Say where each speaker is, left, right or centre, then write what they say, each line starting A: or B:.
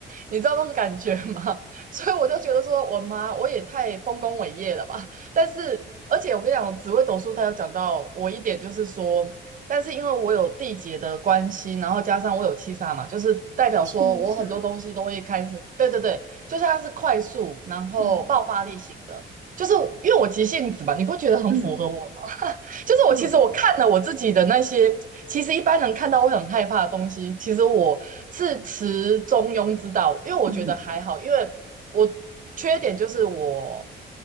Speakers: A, on the right; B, on the right.
A: 你知道那种感觉吗？<laughs> 所以我就觉得说，我妈我也太丰功伟业了吧。但是，而且我跟你讲，紫微斗数它有讲到我一点，就是说，但是因为我有地劫的关系，然后加上我有七杀嘛，就是代表说我很多东西都会开始，
B: 七杀，
A: 对对对，就是它是快速，然后爆发力型的，
B: 嗯
A: 就是因为我急性子嘛，你不觉得很符合我吗？
B: 嗯。
A: 就是我其实我看了我自己的那些，
B: 对，
A: 其实一般人看到会很害怕的东西，其实我是持中庸之道，因为我觉得还好，
B: 嗯
A: 因为我缺点就是我